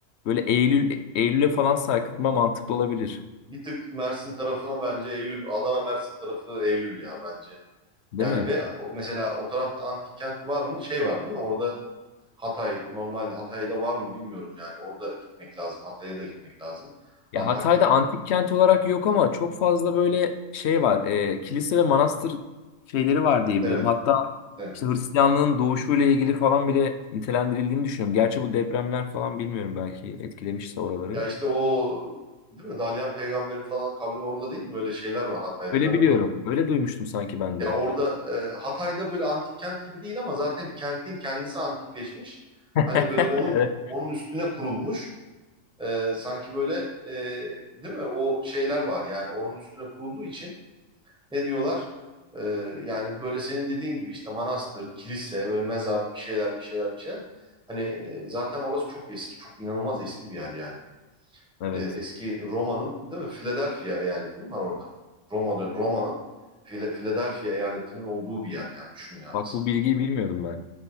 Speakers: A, on the left (about 65°); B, in the centre.
A: böyle Eylül Eylül'e falan sarkıtma mantıklı olabilir.
B: bir tık Mersin tarafına bence Eylül, Adana Mersin tarafı Eylül ya bence.
A: Değil
B: Yani
A: mi?
B: ve o- mesela o tarafta antik kent var mı? Şey var değil mi? Orada Hatay normal Hatay'da var mı bilmiyorum yani. Orada gitmek lazım. Hatay'a da gitmek lazım. Antakya.
A: Ya Hatay'da antik kent olarak yok ama çok fazla böyle şey var. e, kilise ve manastır şeyleri var diye
B: Evet,
A: biliyorum. Hatta
B: evet.
A: işte Hristiyanlığın doğuşuyla ilgili falan bile nitelendirildiğini düşünüyorum. Gerçi bu depremler falan bilmiyorum belki etkilemişse oraları.
B: Ya işte o değil mi? Dalyan Peygamber'in falan kabri orada değil mi? Öyle şeyler var Hatay'da.
A: Öyle
B: Ben
A: biliyorum.
B: öyle hatırlıyorum.
A: Öyle duymuştum sanki ben
B: Ya
A: de.
B: orada e, Hatay'da böyle antik kent gibi değil ama zaten kentin kendisi antikleşmiş.
A: <laughs>
B: Hani böyle onun
A: Evet.
B: onun üstüne kurulmuş. E, sanki böyle e, değil mi? O şeyler var yani onun üstüne kurulduğu için Ne diyorlar? Ee, yani böyle senin dediğin gibi işte manastır, kilise, böyle mezar bir şeyler bir şeyler bir şeyler. Hani e, zaten orası çok eski, çok inanılmaz eski bir yer yani.
A: Evet.
B: Ee, eski Roma'nın değil mi? Philadelphia eyaleti mi var orada? Roma dön Roma'nın Phila- Philadelphia eyaletinin olduğu bir yer yani düşün ya
A: Bak
B: mesela.
A: bu bilgiyi bilmiyordum ben.